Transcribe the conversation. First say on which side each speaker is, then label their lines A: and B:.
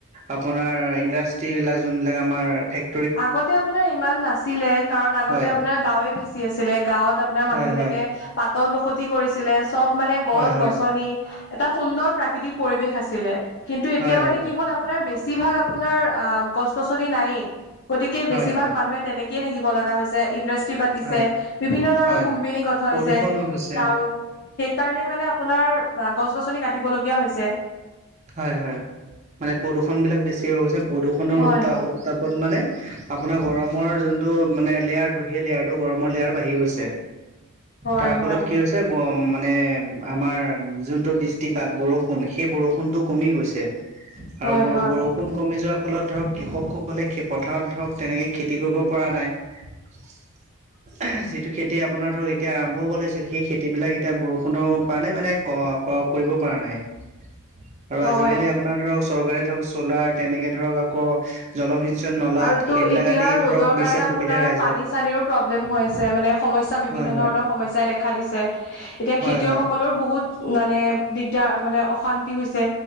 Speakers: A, on the right; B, on the left.
A: আপোনাৰ ইণ্ডাষ্ট্ৰী বিলাক যোনবিলাক আমাৰ ফেক্ট
B: আগতে আপোনাৰ ইমান নাছিলে কাৰণ আগতে
A: হয়
B: আপোনাৰ গাঁওৱে বেছি আছিলে গাঁৱত আপোনাৰ মানুহ
A: হয়
B: বিলাকে
A: হয়
B: পাতল বসতি কৰিছিলে চব মানে গছ
A: হয় হয়
B: গছনি এটা সুন্দৰ প্ৰাকৃতিক পৰিৱেশ আছিলে কিন্তু এতিয়া
A: হয়
B: মানে
A: হয়
B: কি হ'ল আপোনাৰ বেছি বেছিভাগ আপোনাৰ অ গছ গছনি নায়েই গতিকে
A: হয়
B: বেছিভাগ
A: হয়
B: মানুহে তেনেকে থাকিব লগা হৈছে ইণ্ড্ৰাষ্টি পাতিছে
A: হয়
B: বিভিন্ন ধৰণৰ
A: হয়
B: কোম্পেনী গঠা
A: প্ৰদূষণ
B: হৈছে
A: হৈ গৈছে
B: তাৰু সেইকাৰণেই মানে আপোনাৰ গছ গছনি কাটিবলগীয়া হৈছে
A: হয় হয় মানে প্ৰদূষণ বিলাক বেছি হৈ গৈছে প্ৰদূষণৰ
B: হয়
A: উত্তা
B: হয়
A: উত্তাপত মানে আপোনাৰ গৰমৰ যোনটো মানে লেয়াৰটো সেই লেয়াৰটো গৰমৰ লেয়াৰ বাঢ়ি গৈছে
B: হয়
A: তাৰ
B: হয়
A: ফলত কি হৈছে গ মানে আমাৰ যোনটো বৃষ্টিপাত বৰষুণ সেই বৰষুণটো কমি গৈছে
B: হয়
A: আৰু
B: হয়
A: বৰষুণ কমি যোৱা ফলত ধৰক কৃষকসকলে পথাৰত ধৰক তেনেকে খেতি কৰিব পৰা নাই <inaudible> যিটো খেতি আপোনাৰ ধৰক এতিয়া আৰম্ভ হ'ব লাগিছিল সেই খেতি বিলাক এতিয়া বৰষুণৰ কাৰণে মানে ক কৰিব পৰা নাই আৰু
B: হয়
A: আজিিকালি আপোনাৰ ধৰক চৰকাৰে ধৰক চলাৰ তেনেকে ধৰক ক‌ জলসিঞ্চন নলাত
B: আৰুতো
A: সেইবিলাক
B: এতিয়া
A: আদি
B: ৰ'দৰ
A: ধৰক দিছে
B: কাৰণে আপোনাৰ
A: সুবিধা ৰাইজক
B: পানী চানীৰো প্ৰব্লেম হৈ মানে সমস্যা বিভিন্ন
A: হয় হয়
B: ধৰণৰ সমস্যাই দেখা দিছে এতিয়া
A: হয়
B: খেতিয়কসকললেৰ
A: হয়
B: বহুত মানে দিগদাৰ মানে অশান্তি হৈছে